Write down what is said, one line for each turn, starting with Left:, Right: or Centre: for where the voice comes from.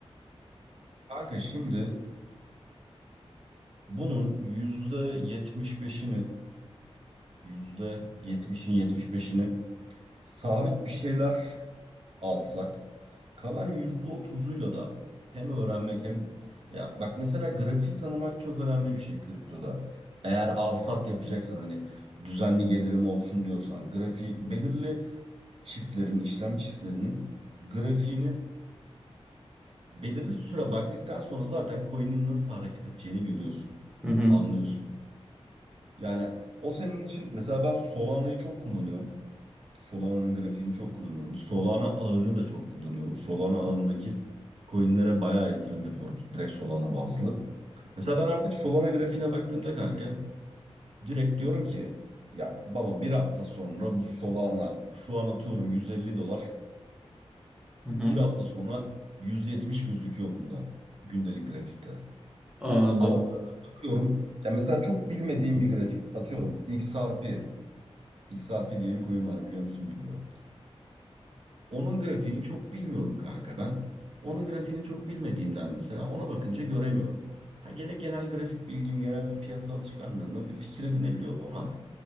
Right: Kanka şimdi bunun yüzde yetmiş beşini yüzde yetmişini yetmiş beşini sabit bir şeyler alsak kalan yüzde otuzuyla da hem öğrenmek hem ya bak mesela grafiği tanımak çok önemli bir şey kriptoda. Eğer al sat yapacaksan hani düzenli gelirim olsun diyorsan grafiği belirli çiftlerin işlem çiftlerinin grafiğini belirli süre baktıktan sonra zaten coin'in nasıl hareket edeceğini görüyorsun,
Centre: Hı hı.
Right: anlıyorsun. Yani o senin için mesela ben Solana'yı çok kullanıyorum. Solana'nın grafiğini çok kullanıyorum. Solana ağını da çok kullanıyorum. Solana ağındaki coinlere bayağı yatırım yapıyorum. Direkt Solana bazlı. Mesela ben artık Solana grafiğine baktığımda kanka direkt diyorum ki ya baba bir hafta sonra bu Solana şu an atıyorum 150 dolar.
Centre: Hı hı.
Right: Bir hafta sonra 170 gözüküyor bunda gündelik grafikte.
Centre: Anladım.
Right: Ama bazen bakıyorum ya mesela çok bilmediğim bir grafik atıyorum XRP. XRP diye bir coin var biliyor musun bilmiyorum. Onun grafiğini çok bilmiyorum kanka ben. Onun grafiğini çok bilmediğimden mesela ona bakınca göremiyorum. Ha gene genel grafik bilgim, genel bir piyasa alışkanlığımla bir fikir edinebiliyorum ama